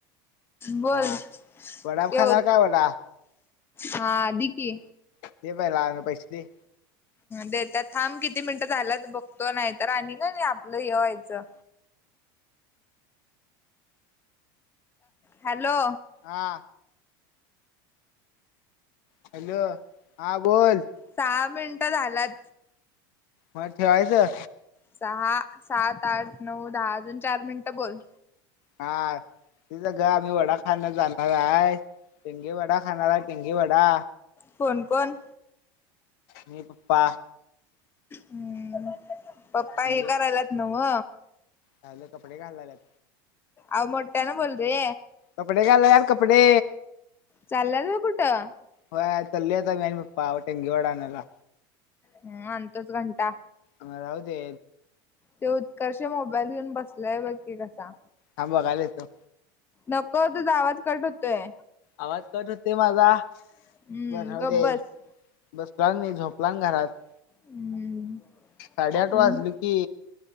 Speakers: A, on the left; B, on the left.
A: बोल
B: हा वडाप
A: ठेव.
B: खाणार काय वडा
A: हा दिकी.
B: ते पहिला लागणार पैसे ते-
A: देतो त्यात थांब किती मिनिटं झालाच बघतो नाही तर आणि का नाही आपलं हे व्हायचं. हॅलो!
B: हा हॅलो हा बोल.
A: सहा मिनटं झालात.
B: मग ठेवायचं.
A: सहा, सात, आठ, नऊ, दहा अजून चार मिनिटं बोल.
B: हा ती संग आम्ही वडा खाण जाणार आहे. टिंगे वडा खाणार आहे टिंगे वडा.
A: कोण कोण
B: मी पप्पा
A: हम्म पप्पा
B: टेंगे
A: हे करायल्यात नव्ह
B: झालं कपडे घालाल्यात
A: आव मोठ्या न बोल रे
B: कपडे घालाल्यात कपडे
A: चाल्यात होय कुठं
B: होय चालोय मी आणि पप्पा आवटंगे वडा आणायला
A: हम् आणतोस घंटा
B: मग राहू दे
A: तो उत्कर्ष मोबाईल घेऊन बसलाय बघ कि कसा
B: हा बघायला येतो
A: नको तुझा आवाज कट होतोय
B: आवाज कट होते माझा
A: हम्म
B: बर राहू
A: गप
B: दे
A: बस
B: बसनार नाही झोपणार घरात
A: हम्म
B: साडेआठ
A: हम्म
B: वाजल की